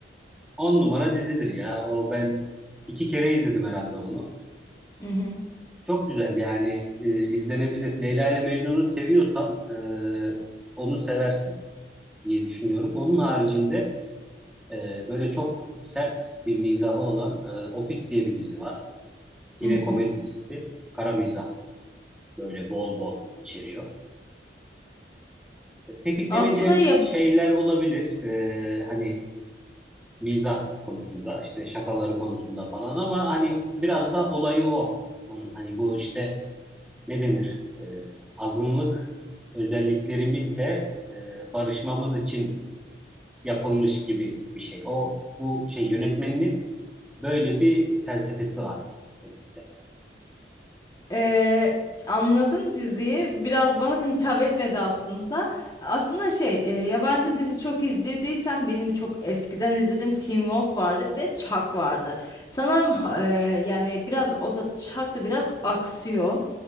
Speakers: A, in the centre; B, on the left.
A: 10 numara dizidir ya. O ben iki kere izledim herhalde onu.
B: Hı hı.
A: Çok güzel yani e, izlenebilir. Leyla ile Mecnun'u seviyorsan e, onu seversin diye düşünüyorum. Onun haricinde e, böyle çok sert bir mizahı olan e, Office diye bir dizi var. Yine
B: Hı
A: komedi
B: hı.
A: dizisi. Kara mizah böyle bol bol içeriyor. Tetikleneceğin
B: Aslında ya
A: şeyler olabilir. Ee, hani mizah konusunda, işte şakaları konusunda falan ama hani biraz da olayı o. Onun hani bu işte ne denir? Ee, azınlık özelliklerimizle e, barışmamız için yapılmış gibi bir şey. O bu şey yönetmeninin böyle bir felsefesi var bu dizide.
B: Ee, anladım diziyi. Biraz bana <laughs> hitap etmedi aslında. Aslında şey, e, yabancı dizi çok izlediysem benim çok eskiden izlediğim Teen Wolf vardı, bir de Chuck vardı. Sanırım ha- e, yani biraz o da Chuck da biraz aksiyon.